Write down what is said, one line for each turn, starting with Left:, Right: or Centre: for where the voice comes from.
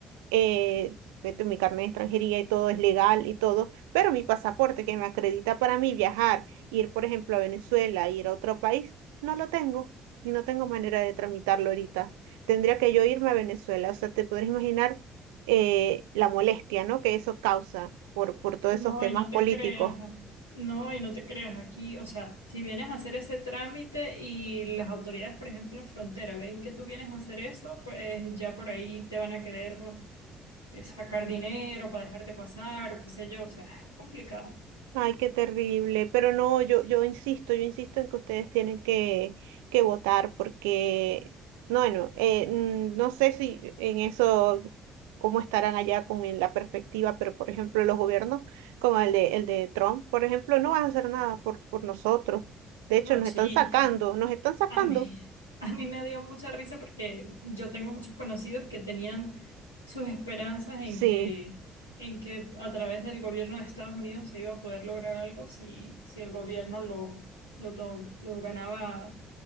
Right: Eh, esto, mi carnet de extranjería y todo es legal y todo, pero mi pasaporte que me acredita para mí viajar, ir, por ejemplo, a Venezuela, ir a otro país, no lo tengo y no tengo manera de tramitarlo ahorita. Tendría que yo irme a Venezuela, o sea, te podrás imaginar eh, la molestia, ¿no? que eso causa por, por todos
Left: No,
Right: esos temas
Left: y no te
Right: políticos.
Left: creas. No, y no te creas aquí. O sea, si vienes a hacer ese trámite y las autoridades, por ejemplo, en frontera, ven que tú vienes a hacer eso, pues ya por ahí te van a querer eh, sacar dinero para dejarte pasar, o qué sé yo. O sea, es complicado.
Right: Ay, qué terrible. Pero no, yo, yo insisto, yo insisto en que ustedes tienen que, que votar porque, no, bueno, eh, mm, no sé si en eso, cómo estarán allá con el- la perspectiva, pero por ejemplo, los gobiernos como el de, el de Trump, por ejemplo, no van a hacer nada por, por nosotros. De hecho,
Left: No,
Right: nos
Left: chica.
Right: están sacando, nos están sacando.
Left: A mí, a mí me dio mucha risa porque yo tengo muchos conocidos que tenían sus esperanzas en
Right: Sí,
Left: que, en que a través del gobierno de Estados Unidos se iba a poder lograr algo si, si el gobierno lo, lo, to- lo ganaba